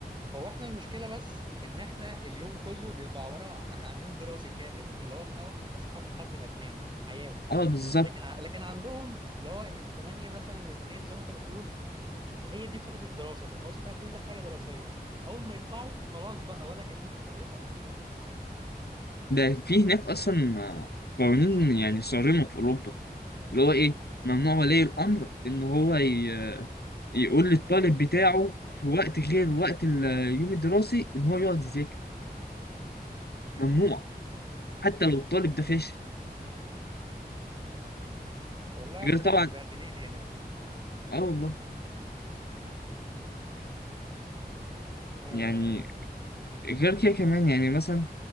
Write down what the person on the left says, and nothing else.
اه بالظبط
ده في هناك اصلا آه، قوانين يعني صارمه في اوروبا اللي هو ايه ممنوع ولي الامر ان هو ي- يقول للطالب بتاعه في وقت غير وقت اليوم الدراسي ان هو يقعد يذاكر
ممنوع حتى لو الطالب ده فاشل
غير
طبعا
اه والله
يعني غير كده كمان يعني مثلا